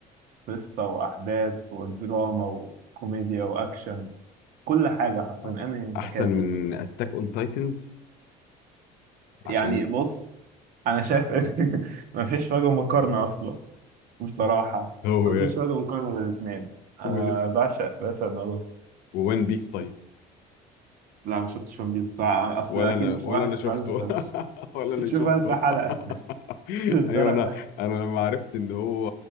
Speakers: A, on the right; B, on the left.
A: قصه واحداث ودراما وكوميديا واكشن كل حاجه حرفيا
B: آه.
A: انمي متكامل
B: احسن من اتاك اون تايتنز عشان
A: يعني بص انا شايف <laughs> إن مفيش وجه مقارنه اصلا بصراحه
B: <laughs> هو
A: مفيش وجه مقارنه بين الاثنين انا
B: و...
A: بعشق بعشق ناروتو
B: وون بيس طيب
A: لا ما شفتش ون بيس بصراحة أصل
B: ولا
A: أكيد
B: انا
A: مش
B: ولا
A: هروح أشوف
B: انا شفته
A: ألف
B: <laughs>
A: بلاش
B: ولا انا
A: تشوف
B: شفته
A: ألف حلقة
B: <laughs>
A: <laughs> مش للدرجة
B: ايوه انا انا لما عرفت ان هو